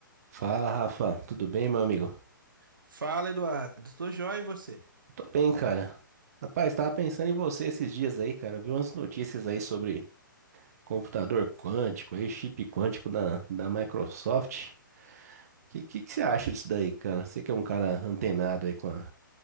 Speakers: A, on the right; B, on the right.
A: Fala, Rafa. Tudo bem, meu amigo?
B: Fala, Eduardo. Tô joia e você?
A: Tô bem, cara. Rapaz, tava pensando em você esses dias aí, cara. Vi umas notícias aí sobre computador quântico, aí chip quântico da, da Microsoft. Que, que que você acha disso daí, cara? Você que é um cara antenado aí com a,